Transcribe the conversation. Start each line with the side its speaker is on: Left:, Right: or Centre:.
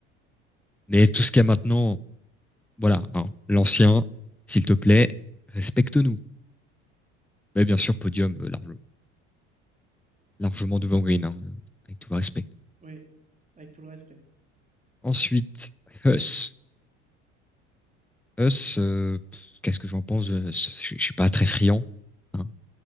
Centre: Mais tout ce qu'il y a maintenant, voilà, hein, l'ancien, s'il te plaît, respecte-nous. Mais bien sûr, podium euh, large- largement devant Green, hein, avec tout le respect.
Right: Oui, avec tout le respect.
Centre: Ensuite, Huss. Huss, euh, qu'est-ce que j'en pense? Je, je suis pas très friand. hein.